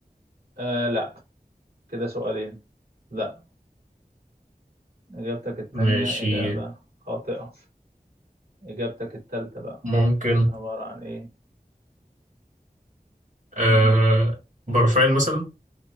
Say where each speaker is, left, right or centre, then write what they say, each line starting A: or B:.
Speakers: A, on the right; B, on the right.
A: آه لا كده سؤالين لا اجابتك التانية
B: ماشي
A: اجابة خاطئة اجابتك التالتة بقى
B: ممكن
A: تكون عبارة عن ايه
B: آه،
A: مم.
B: برفان مثلا